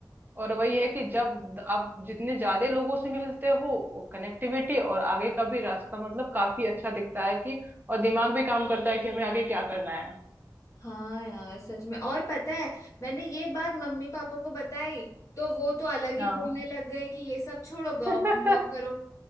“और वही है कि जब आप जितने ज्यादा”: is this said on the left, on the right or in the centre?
Right